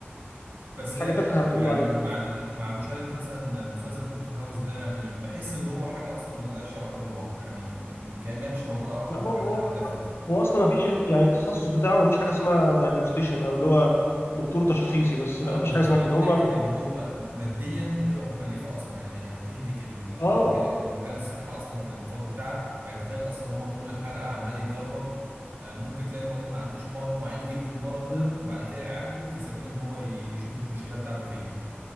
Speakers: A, on the right; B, on the left.
A: بس
B: حاجه
A: دايما
B: تافهه هتقول
A: يعني
B: له عليها
A: مع ال... مع مشاهدة مثلا مسلسل دكتور هاوس ده يعني بحس اللي هو حاجة اصلا ملهاش علاقة بالواقع يعني م- م- كأنها مش موجودة على ارض
B: لا
A: الواقع
B: هو هو
A: انها بتتنفذ
B: هو اصلا ما فيش يعني التخصص بتاعه ما فيش حاجه اسمها دايجنوستيشن او اللي هو دكتور تشخيصي بس
A: انا
B: لا ما
A: باصص
B: فيش حاجه اسمها
A: لها
B: كده
A: من
B: هم
A: ناحيه اللي هو م- ماديا هتبقى مكلفه اصلا يعني هتهلك ال- المجال
B: اه
A: المجال الصحي اصلا في الانفاق بتاعها يعني تخيل اصلا هو طول الحلقه عمال يجرب آه، ممكن تلاقي المريض ما عندوش مرض معين يجيب له المرض
B: م.
A: ده وبعد كده يعالجه في سبيل ان هو ي- يشوف المشكله بتاعته فين